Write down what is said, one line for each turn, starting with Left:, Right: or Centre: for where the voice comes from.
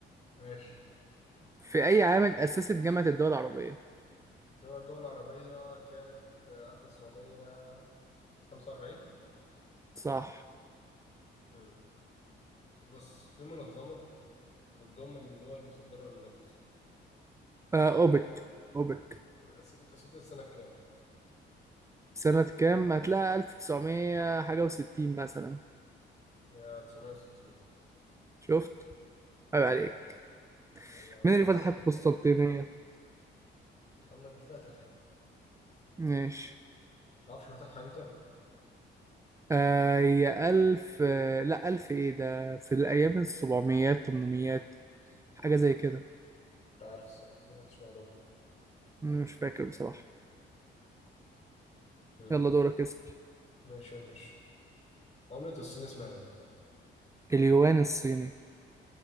Left: ماشي
Right: في اي عام اتاسست جامعه الدول العربيه
Left: إنما الدول العربية كانت آه، ألف تسعمية خمسة وأربعين
Right: صح
Left: امم بص في منظمة بتضم الدول المصدرة للنفط
Right: آه
Left: اسمها
Right: اوبك
Left: إيه؟
Right: اوبك
Left: بتبقى أس- اتأسست سنة كام؟
Right: سنة كام هتلاقي 1900 حاجة وستين مثلا
Left: هي تسعمية وستين
Right: شفت عيب عليك
Left: جامد هيبقى عليا
Right: مين اللي
Left: يا
Right: فتح
Left: سيدي
Right: القسطنطينية
Left: محمد الفاتح
Right: ماشي
Left: تعرفش فتحها إمتى؟
Right: آه هي ألف آه لا ألف إيه ده في الأيام السبعميات تمنميات حاجة زي كده
Left: مش عارف الصراحة أنا ما عنديش معلومة
Right: مش فاكر بصراحة
Left: مم.
Right: يلا دورك اسأل
Left: ماشي يا باشا عملة الصين اسمها إيه؟
Right: اليوان الصيني